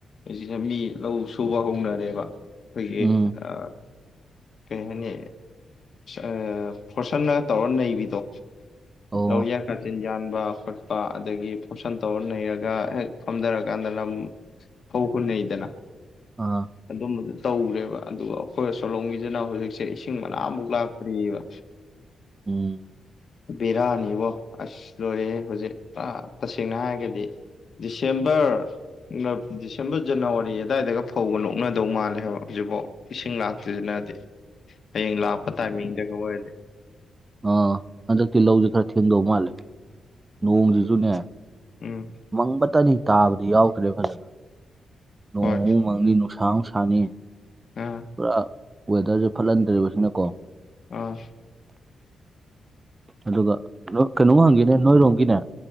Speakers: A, on the left (about 40°); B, on the right (about 15°).
A: ꯑꯩꯁꯤꯗ ꯃꯤ ꯂꯧ ꯁꯨꯕ ꯍꯧꯅꯔꯦꯕ ꯑꯩꯈꯣꯏꯒꯤ
B: ꯎꯝ
A: ꯑ ꯀꯩ ꯍꯥꯏꯅꯤ ꯑ ꯐꯣꯔꯁꯟꯅꯒ ꯇꯧꯔ ꯅꯩꯕꯤꯗꯣ
B: ꯑꯣ
A: ꯂꯧꯌꯥꯟ ꯀꯥꯆꯤꯟ ꯌꯥꯟꯕ ꯈꯣꯠꯄ ꯑꯗꯒꯤ ꯄꯣꯁꯟ ꯇꯧꯔ ꯅꯩꯔꯒ ꯍꯦꯛ ꯐꯝꯊꯔ ꯀꯥꯟꯗ ꯂꯝ ꯍꯧꯕ ꯅꯩꯗꯅ
B: ꯑꯥ
A: ꯑꯗꯨꯝꯕ ꯇꯧꯔꯦꯕ ꯑꯗꯨ ꯑꯩꯈꯣꯏ ꯑꯁꯣꯂꯣꯝꯒꯤꯗꯅ ꯍꯧꯖꯤꯛꯁꯦ ꯏꯁꯤꯡ ꯃꯅꯥꯃꯨꯛ ꯂꯥꯛꯇ꯭ꯔꯤꯌꯦꯕ
B: ꯎꯝ
A: ꯕꯦꯔꯥꯅꯤꯕꯣ ꯑꯁ ꯂꯣꯏꯔꯦꯍꯦ ꯍꯧꯖꯤꯛ ꯑ ꯇꯁꯦꯡꯅ ꯍꯥꯏꯔꯒꯗꯤ ꯗꯤꯁꯦꯝꯕꯔ ꯎ ꯗꯤꯁꯦꯝꯕꯔ ꯖꯅꯋꯥꯔꯤ ꯑꯗꯥꯏꯗꯒ ꯐꯧꯒ ꯂꯣꯛꯅꯗꯧ ꯃꯥꯜꯂꯦ ꯍꯥꯏꯕ ꯍꯧꯖꯤꯛꯐꯥꯎ ꯏꯁꯤꯡ ꯂꯥꯛꯇ꯭ꯔꯤꯗꯨꯅꯗꯤ ꯍꯌꯦꯡ ꯂꯥꯛꯄ ꯇꯥꯏꯃꯤꯡꯗꯒ ꯑꯣꯏꯔꯗꯤ
B: ꯑ ꯍꯟꯗꯛꯇꯤ ꯂꯧꯖꯦ ꯈꯔ ꯊꯦꯡꯗꯧ ꯃꯥꯜꯂꯦ ꯅꯣꯡꯁꯤꯁꯨꯅꯦ
A: ꯎꯝ ꯎꯝ
B: ꯃꯪꯕꯇꯅꯤ ꯇꯥꯕꯗꯤ ꯌꯥꯎꯗ꯭ꯔꯦ ꯐꯖꯅ ꯅꯣꯡꯃꯨꯛ
A: ꯍꯣꯏ
B: ꯃꯪꯅꯤ ꯅꯨꯡꯁꯥ ꯃꯨꯛ ꯁꯥꯅꯤ
A: ꯑꯥ
B: ꯄꯨꯔꯥ ꯋꯦꯗꯔꯁꯦ ꯐꯠꯍꯟꯗ꯭ꯔꯦꯕꯁꯤꯅꯀꯣ
A: ꯑꯥ
B: ꯑꯗꯨꯒ ꯀꯦꯅꯣ ꯀꯩꯅꯣꯝ ꯍꯪꯒꯦꯅꯦ ꯅꯣꯏꯔꯣꯝꯒꯤꯅꯦ